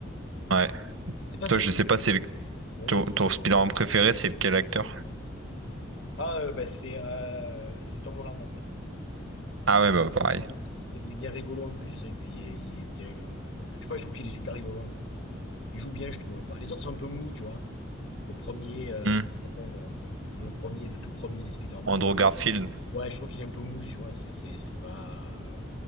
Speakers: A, on the right; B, on the left.
A: Ouais.
B: C'est pas
A: Toi,
B: celui.
A: je sais pas c'est
B: Ouais.
A: Ton, ton Spider-Man préféré, c'est quel acteur?
B: Ah, euh, ben, c'est euh, c'est Tom Holland en fait. C'est
A: Ah
B: Tom
A: ouais, bah pareil.
B: Holland, parce qu'il est bien, il est bien rigolo en plus et puis euh, il est bien. euh, Je sais pas, je trouve qu'il est super rigolo en fait. Il joue bien, je trouve. Par- Les autres sont un peu mous, tu vois. le premier, euh,
A: Hmm.
B: comment ça s'appelle, euh, le, le premier, le tout premier des Spider-Man.
A: Andrew Garfield.
B: Ouais, je trouve qu'il est un peu mou, tu vois. C'est, c'est, c'est pas,